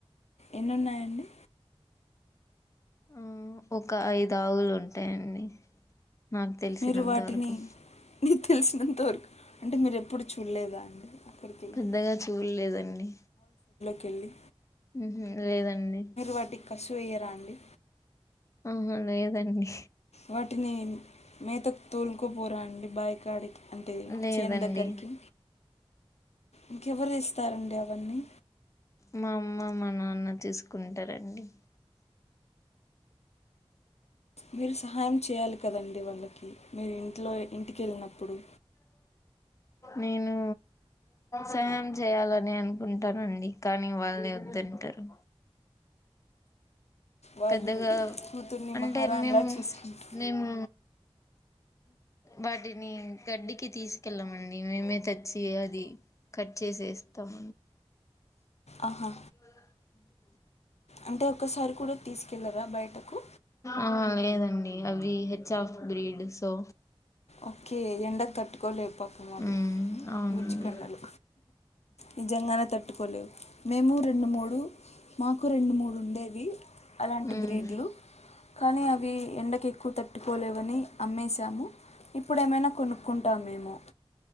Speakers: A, on the left; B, on the left.
A: ఎన్నున్నాయండి
B: ఆ ఒక ఐదు ఆవులు ఉంటాయండి నాకు తెలిసినంత
A: మీరు వాటిని
B: వరకు
A: నీకు తెలిసినంతవరకు అంటే మీరు ఎప్పుడు చూడలేదా అండి అక్కడికి వెళ్ళి
B: పెద్దగా చూలేదండీ
A: కెళ్ళి
B: ఉహు లేదండి
A: వాటికి కసు వేయరా అండి
B: ఆహా లేదండి
A: వాటిని మేతకు తోలుకోపోరా అండి బాయ కాడికి అంటే
B: లేదండి
A: చేన్ దగ్గరికి ఇంకెవరు ఇస్తారండి అవన్నీ
B: మా అమ్మ మా నాన్న తీసుకుంటారండి
A: మీరు సహాయం చేయాలి కదండి వాళ్ళకి మీరు ఇంట్లో ఇంటికెళ్ళినప్పుడు
B: నేను సహాయం చేయాలని అనుకుంటానండి కానీ వల్లే వద్దంటారు
A: వాళ్ళు
B: పెద్దగా
A: కూతుర్ని
B: అంటే
A: మహారాణిలా
B: మేము
A: చూసుకుంటారు
B: మేము వాటిని గడ్డికి తీసుకెళ్ళామండి మేమే తెచ్చి అది కట్ చేసేస్తామ
A: ఆహా
B: నేనివ్వ
A: అంటే ఒక్కసారి కూడా తీసుకెళ్ళరా బయటకు
B: ఆ లేదండి అవి హెచ్ ఆఫ్ గ్రీడ్ సో
A: ఓకే ఎండకు తట్టుకోలేవు పాపం అవి
B: మ్మ్ అవునండి
A: బుజ్జికొండలు నిజంగానే తట్టుకోలేవు మేము రెండు మూడు మాకు రెండు మూడు ఉండేవి అలాంటి
B: మ్మ్
A: బ్రీడ్లు కానీ అవి ఎండకు ఎక్కువ తట్టు టుపోలేవ్ కొని అమ్మేసాము ఇప్పుడేమైనా కొనుక్కుంటామేమో